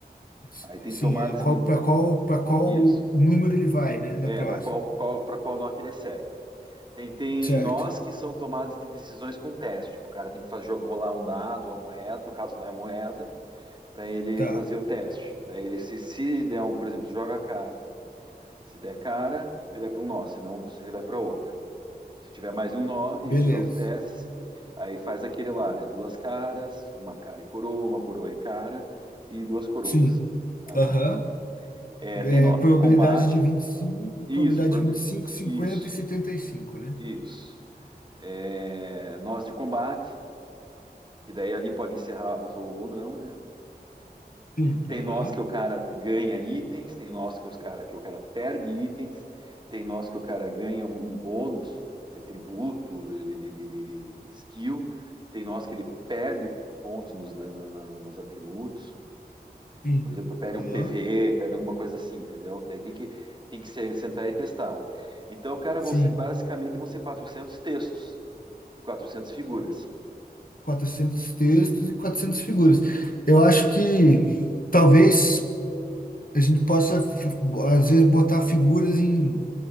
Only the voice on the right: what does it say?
Aí tem
tomadas
de
isso.
É,
para qual qual para qual nó que ele segue. Tem, tem
nós que são tomadas de decisões com teste. Tipo, o cara tem que fazer jogo rolar um dado, uma moeda, no caso não é moeda para ele
fazer o teste. Daí ele se, se der um, por exemplo, joga a cara. Se der cara, ele vai para um nó, senão ele vai para outro. Se tiver mais de um nó e
tiver os testes, aí faz aquele lá, né? Duas caras, uma cara e coroa, uma coroa e cara e duas coroas.
Tá?
É, tem
nós
de combate.
Isso,
prob-
isso,
isso. É, nós de combate, que daí ali pode encerrar o jogo ou não, né?
Tem
nós que o cara ganha itens, tem nós que os cara que o cara perde itens, tem nós que o cara ganha um um bônus de tributo, de, de- de- de- de- skill, tem nós que ele perde pontos nos, na- na- nos atributos.
Por exemplo, perde
um PVE, perde alguma coisa assim, entendeu? Aí tem que tem que se- sentar e testar. Então, cara,
vão ser basicamente vão ser 400 textos e 400 figuras.